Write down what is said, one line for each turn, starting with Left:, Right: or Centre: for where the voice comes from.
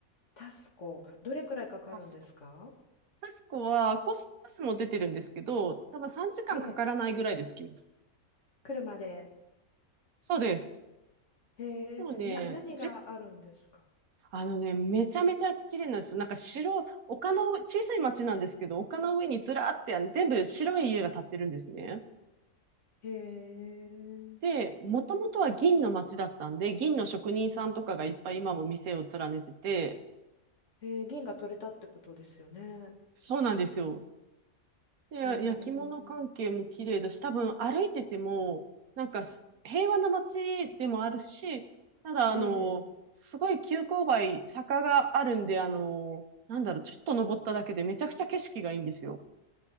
Left: タスコ、どれくらいかかるんですか
Right: タスコタスコは、コースパスも出てるんですけど、多分3時間かんかからないぐらいで着きます。
Left: ええ、車で。
Right: そうです。
Left: へえ、
Right: もうね、
Left: な、何があるんですか
Right: じ、あのね、めちゃめちゃ綺麗なんですよ。なんか白、丘の上、小さい町なんですけど、丘の上にずらーって、あの全部白い家が建ってるんですね。
Left: へえ。
Right: で、もともとは銀の町だったんで、銀の職人さんとかがいっぱい今も店を連ねてて、
Left: えー、銀が取れたってことですよね。
Right: そうなんですよ。で、や焼き物関係も綺麗だし、
Left: えー、
Right: 多分歩いてても、なんかす平和な町でもあるし、ただ、あの、
Left: え
Right: すごい急勾配、坂があるんで、あの、なんだろう、ちょっと登っただけでめちゃくちゃ景色がいいんですよ。